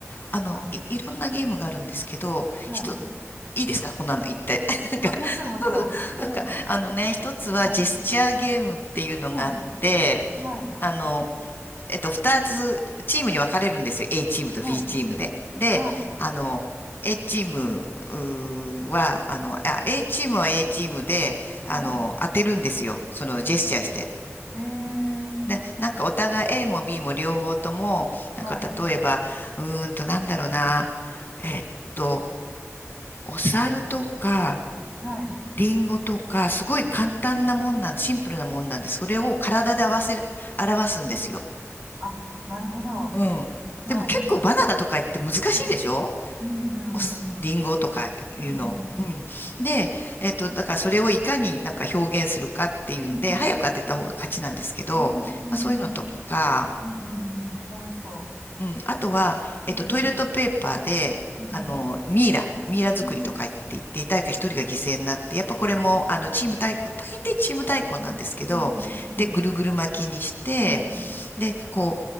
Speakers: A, on the left; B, on the right.
A: あの、
B: は
A: い、いろんなゲームがあるんですけど、
B: い、はい
A: 一つ、いいですかこんなの言って。<laughs> なんか、
B: あ、もちろん、
A: <laughs>
B: もちろん。
A: なんか、
B: はい、
A: あのね、一つはジェスチャーゲームっていうのがあって、
B: はい、はい、
A: あの、えっと、二つチームに分かれるんですよ。A チームと
B: はい、
A: B チームで。で、
B: はい、
A: あの、A チームうーは、あの、あ、
B: はい、
A: A チームは A チームで、あの、
B: はい、
A: 当てるんですよ。そのジェスチャーして。
B: はい。えー、
A: で、なんかお互い A も B も両方とも、なんか例えば、
B: はい、
A: うーんとなんだろうな、えっと、お猿とか、
B: はい、
A: リンゴとか、すごい簡単なもんなん、
B: はい。
A: シンプルなもんなんです。それを体で合わせる、表すんですよ。
B: あ、なるほど。は
A: うん。でも結構バナナとか言って難しいでしょ
B: い。うん、うん、
A: おすリンゴとかいうの。
B: うん。うん、うん、
A: うん。で、えっと、だからそれをいかになんか表現するかっていうんで、
B: うん。
A: 早く当てた方が勝ちなんですけど、
B: うん、うん、うん。
A: まあそういうのとか、
B: うん、楽しそ
A: うん。あとは、えっと、
B: う。うん、
A: トイレットペーパーで、
B: うん、
A: あの、ミイラ、ミイラ作りとか言って言って、
B: うん。
A: 誰か一人が犠牲になって、やっぱこれも、
B: あ
A: あの、チーム対抗、大抵チーム対抗なんですけど、
B: うん、うん、
A: で、ぐるぐる巻きにして、
B: う
A: で、こ